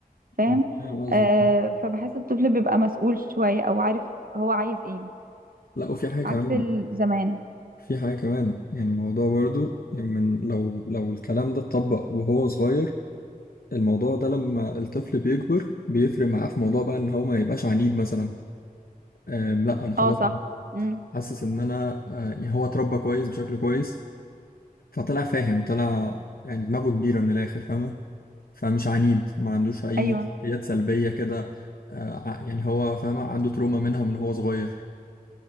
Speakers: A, on the right; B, on the left.
A: فاهم
B: أنا فاهم قصدي
A: آه فبحس الطفل بيبقى مسؤول شوية او عارف هو عايز ايه
B: لأ وفي حاجة كمان
A: عكس الزمان
B: في حاجة كمان يعني الموضوع برضو يعني من لو لو الكلام ده اتطبق وهو صغير الموضوع ده لما الطفل بيكبر بيفرق معاه في موضوع بقى إن هو ما يبقاش عنيد مثلا أم، لا انا خلاص
A: اه صح امم
B: حاسس ان انا أه، يعني هو اتربى كويس بشكل كويس فطلع فاهم طلع يعني دماغه كبيره من الاخر فاهمه فمش عنيد ما عندوش اي
A: ايوه
B: سلوكيات سلبيه كده أه، ع- يعني هو فاهمه عنده تروما منها من هو صغير